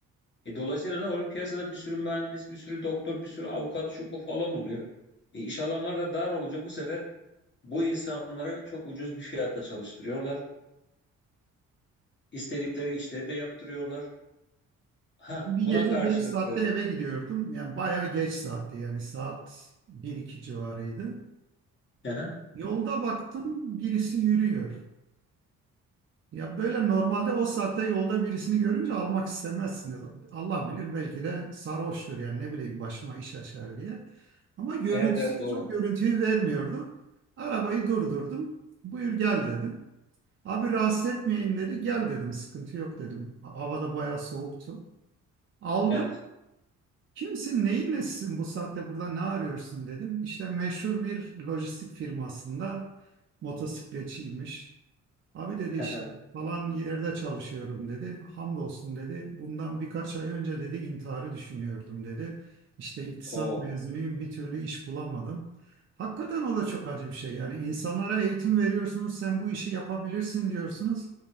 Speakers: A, on the left (about 30°); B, on the right (about 30°).
A: E, dolayısıyla ne oluyor? Piyasada bir sürü mühendis, bir sürü doktor, bir sürü avukat şu bu falan oluyor. E, iş alanları da dar olunca bu sefer bu insanları çok ucuz bir fiyatta çalıştırıyorlar. İstedikleri işleri de yaptırıyorlar. Ha,
B: Ben bir
A: buna
B: gece
A: karşılık
B: geç saatte
A: e,
B: eve gidiyordum. Yani bayağı geç saatti yani saat bir iki civarıydı.
A: hı hı.
B: Yolda baktım birisi yürüyor. Ya böyle normalde o saatte yolda birisini görünce almak istemezsiniz. Allah bilir belki de sarhoştur yani ne bileyim başıma iş açar diye. Ama görüntüsü
A: evet evet
B: hiç
A: doğru.
B: o görüntüyü vermiyordu. Arabayı durdurdum. Buyur gel dedim. Abi rahatsız etmeyeyim dedi. Gel dedim sıkıntı yok dedim. Havada bayağı soğuktu. Aldım.
A: Evet.
B: Kimsin neyin nesisin bu saatte burada ne arıyorsun dedim. İşte meşhur bir lojistik firmasında motosikletçiymiş. Abi dedi
A: <laughs>
B: işte falan yerde çalışıyorum dedi. Hamdolsun dedi. Bundan birkaç ay önce dedi intiharı düşünüyordum dedi. İşte iktisat
A: Oo,
B: mezunuyum bir türlü iş bulamadım. Hakikaten o da çok acı bir şey. Yani insanlara eğitim veriyorsunuz sen bu işi yapabilirsin diyorsunuz.